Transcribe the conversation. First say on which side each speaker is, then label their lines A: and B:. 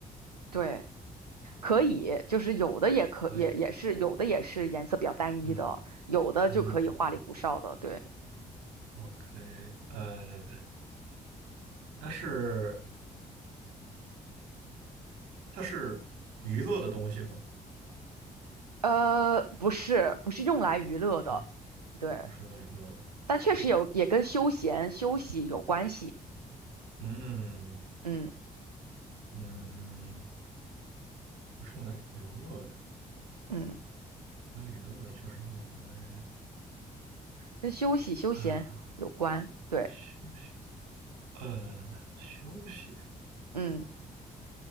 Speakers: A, on the right; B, on the right.
A: 对，可以，就是有的也可也也是有的也是颜色比较单一的，
B: 可以。嗯
A: 有的就可以花里胡哨的，
B: 嗯
A: 对，
B: ，OK，呃，它是它是娱乐的东西吗？
A: 呃，不是，不是用来娱乐的，
B: 不是，
A: 对，
B: 不是用来娱乐的。
A: 但确实有也跟休闲休息有关系，
B: OK，嗯
A: 嗯
B: 嗯，不是用来娱乐的，
A: 嗯，
B: 不是娱乐的，就是用来。
A: 跟休息休闲有关，
B: 啊，
A: 对，
B: 休息，呃，休息，
A: 嗯，